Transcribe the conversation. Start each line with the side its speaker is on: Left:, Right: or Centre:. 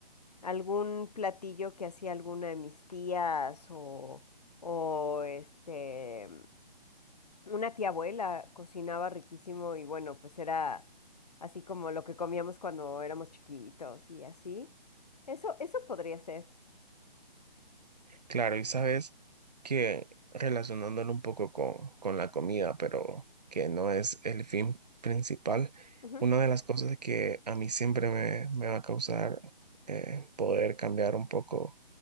Left: algún platillo que hacía alguna de mis tías o, o este, una tía abuela cocinaba riquísimo y bueno, pues era así como lo que comíamos cuando éramos chiquitos y así. Eso, eso podría ser.
Right: Claro, y sabes que relacionándolo un poco con, con la comida, pero que no es el fin principal,
Left: Ujú,
Right: una de las cosas que a mí siempre me, me va a causar eh, poder cambiar un poco